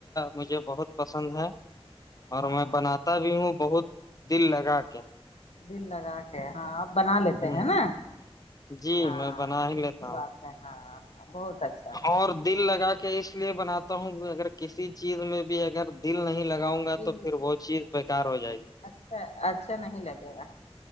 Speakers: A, on the left; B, on the left.
A: مجھے بہت پسند ہے اور
B: ہاں
A: میں بناتا بھی ہوں بہت دل لگا کے
B: دل لگا کے ہاں آپ بنا لیتے
A: ہ
B: ہے نا
A: جی
B: ہاں
A: میں بنا
B: اچھی
A: ہی لیتا ہوں
B: <inaudible> اچھا
A: اور دل لگا کے اس لیے بناتا ہوں اگر کسی چیز میں بھی اگر دل نہیں لگاؤں گا
B: دل
A: تو پھر وہ چیز بےیکار ہو جائے گی
B: اچھا اچھا <inaudible>